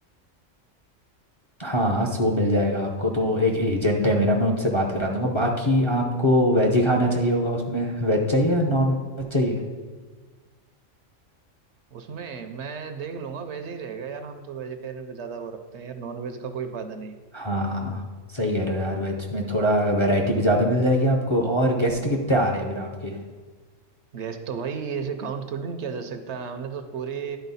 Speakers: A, on the left (about 30°); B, on the right (about 70°).
A: हाँ वो मिल जाएगा आपको तो एक एजेंट है मेरा मैं उनसे बात करा दूंगा बाकी आपको वेज ही खाना चाहिए होगा उसमें वेज चाहिए या नॉन वेज चाहिए
B: उसमें मैं देख लूंगा वेज ही रहेगा यार हम तो वेजिटेरियन पे ज्यादा वो रखते हैं यार नॉन वेज का कोई फायदा नहीं
A: हाँ सही कह रहे हो यार वेज में थोड़ा वैरायटी भी ज़्यादा मिल जाएगी आपको और गेस्ट कितने आ रहे हैं फिर आपके
B: गैस तो भाई ऐसे काउंट थोड़ी ना किया जा सकता है हमने तो पूरे